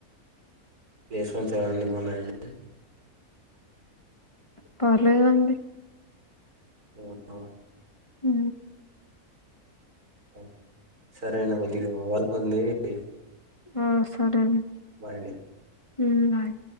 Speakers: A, on the right; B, on the left.
A: ప్లేస్మెంట్స్ యావండి బాన్నాయండి.
B: పర్లేదండి.
A: ఒ ఓ
B: హు
A: అ సరే అన్న కొద్దిగా వర్క్ ఉంది ఓకే
B: ఆ సరే అండి
A: అండి
B: హు బాయ్